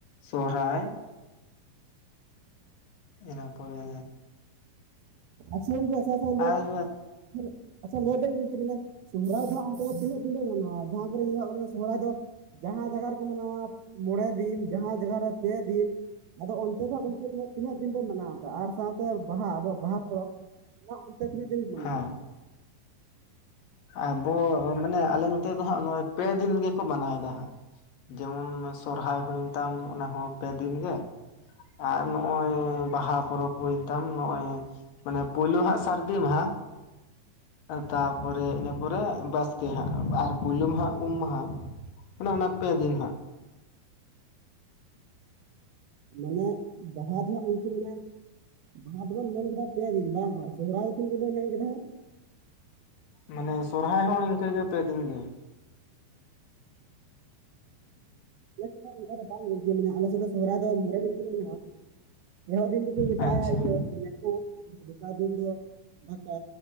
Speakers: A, on the left (about 70°); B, on the right (about 80°).
A: ᱥᱚᱦᱨᱟᱭ, ᱤᱱᱟᱹ ᱯᱚᱨᱮ
B: ᱟᱪᱪᱷᱟ ᱡ ᱟᱷ
A: ᱟᱨ
B: <unintelligible> ᱟᱪᱪᱷᱟ ᱵᱮᱱ ᱜᱚᱝᱠᱮ ᱢᱟᱱᱮ ᱥᱚᱦᱨᱟᱭ ᱫᱚ ᱦᱟᱸᱜ ᱚᱱᱛᱮ ᱫᱚ ᱛᱤᱱᱟᱹᱜ ᱫᱤᱱᱯᱮ ᱢᱟᱱᱟᱣᱟ ᱡᱟᱦᱟᱸ ᱠᱚᱨᱮ ᱧ ᱥᱚᱦᱨᱟᱭ ᱫᱚ? <inaudible> ᱡᱟᱦᱟᱸ ᱡᱟᱜᱟ ᱨᱮᱠᱚ ᱢᱟᱱᱟᱣᱟ ᱢᱚᱬᱮ ᱫᱤᱱ ᱡᱟᱦᱟᱸ ᱡᱟᱜᱟ ᱨᱮ ᱯᱮ ᱫᱤᱱ ᱟᱫᱚ ᱚᱱᱛᱮ ᱫᱚ ᱦᱟᱸᱜ ᱜᱚᱝᱠᱮ ᱛᱤᱱᱟᱹᱜ ᱫᱤᱱ ᱯᱮ ᱢᱟᱱᱟᱣ ᱫᱟ? ᱟᱨ ᱥᱟᱶᱛᱮ ᱛᱚ ᱵᱟᱦᱟ ᱟᱵᱚᱣᱟᱜ ᱵᱟᱦᱟ ᱯᱚᱨᱚᱵᱽ ᱚᱱᱟ ᱚᱱᱛᱮ ᱛᱤᱱᱟᱹᱜ ᱫᱤᱱ ᱢᱟᱱᱟᱣᱟ?
A: ᱦᱮᱸ ᱟᱵᱚ ᱢᱟᱱᱮ ᱟᱞᱮ ᱱᱚᱛᱮ ᱫᱚ ᱦᱟᱸᱜ ᱱᱚᱜ-ᱚᱭ ᱯᱮᱫᱤᱱ ᱜᱮᱠᱚ ᱢᱟᱱᱟᱣᱮᱫᱟ ᱦᱟᱸᱜ᱾ ᱡᱮᱢᱚᱱ ᱥᱚᱨᱦᱟᱭ ᱦᱩᱭᱮᱱ ᱛᱟᱢ ᱚᱱᱟᱦᱚᱸ ᱯᱮ ᱫᱤᱱᱜᱮ, ᱟᱨ ᱱᱚᱜ-ᱚᱭ ᱵᱟᱦᱟ ᱯᱚᱨᱚᱵᱽ ᱦᱩᱭᱮᱱ ᱛᱟᱢ ᱱᱚᱜ-ᱚᱭ ᱢᱟᱱᱮ ᱯᱩᱭᱞᱩ ᱦᱟᱸᱜ ᱥᱟᱨᱫᱤ ᱢᱟᱦᱟ, ᱛᱟᱨᱯᱚᱨᱮ ᱤᱱᱟᱹ ᱯᱚᱨᱮ ᱵᱟᱥᱠᱮ ᱦᱟᱸᱜ ᱟᱨ ᱯᱳᱭᱞᱳ ᱢᱟᱦᱟᱸᱜ ᱩᱢ ᱢᱟᱦᱟ, ᱟᱱᱮ ᱚᱱᱟ ᱯᱮ ᱫᱤᱱ ᱦᱟᱸᱜ,
B: ᱢᱟᱱᱮ ᱵᱟᱦᱟ ᱫᱚᱦᱟᱸᱜ ᱜᱚᱝᱠᱮ ᱢᱟᱱᱮ ᱵᱟᱦᱟ ᱫᱚᱵᱚᱱ ᱢᱮᱱ ᱠᱮᱫᱟ ᱯᱮᱭᱟ ᱫᱤᱱ, ᱵᱟᱝ ᱟᱨ ᱥᱚᱦᱨᱟᱭ ᱫᱚ ᱛᱤᱱᱟᱹᱜ ᱫᱤᱱ ᱵᱮᱱ ᱢᱮᱱ ᱠᱮᱫᱟ?
A: ᱢᱟᱱᱮ ᱥᱚᱨᱦᱟᱭ ᱦᱚᱸ ᱤᱱᱠᱟᱹᱜᱮ, ᱯᱮᱫᱤᱱ ᱜᱮ᱾
B: ᱟᱞᱮ ᱚᱱᱠᱟ ᱫᱚ ᱵᱟᱝ ᱜᱚᱝᱠᱮ, ᱢᱟᱱᱮ ᱟᱞᱮ ᱥᱮᱫ ᱫᱚ ᱥᱚᱦᱨᱟᱭ ᱫᱚ ᱢᱚᱬᱮ ᱫᱤᱱ ᱫᱷᱚᱨᱮ ᱢᱮᱱᱟᱜᱼᱟ᱾ ᱮᱦᱚᱵ ᱫᱤᱱ ᱫᱚᱠᱚ ᱢᱮᱛᱟᱜᱼᱟ
A: ᱟᱪᱪᱷᱟ
B: ᱤᱭᱟᱹ ᱢᱟᱱᱮ ᱩᱢ᱾ ᱫᱚᱥᱟᱨ ᱫᱤᱱ ᱫᱚ ᱫᱟᱠᱟ